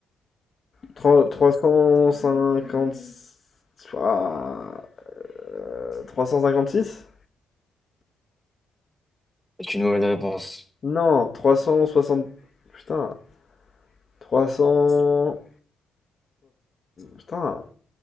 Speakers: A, on the left (about 40°); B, in the centre.
A: Tro- 350... Ah, euh, six
B: C'est une mauvaise réponse.
A: Non, Trois cent soixante. Putain. 360... Putain.